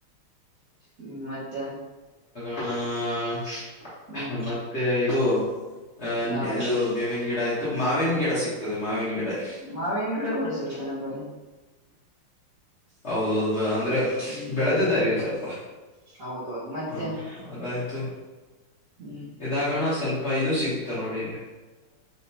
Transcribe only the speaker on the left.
ಹಾ,
ಮತ್ತೆ ಇದು ಅ
ಅದು ಬೇವಿನ ಗಿಡ ಇತ್ತು ಮಾವಿನ ಗಿಡ ಸಿಗ್ತದೆ. ಮಾವಿನ ಗಿಡ ಇಲ್ಲಿ
ಹೌದೌದು, ಅಂದ್ರೆ
ಬೆಳೆದಾರಲ್ಲಿ ಸ್ವಲ್ಪ
ಹ, ಅದಾಯ್ತು
ಇದಾಗಣ್ಣಸ್ವಲ್ಪ ಇದು ಸಿಗುತ್ತ ನೋಡಿಲಿ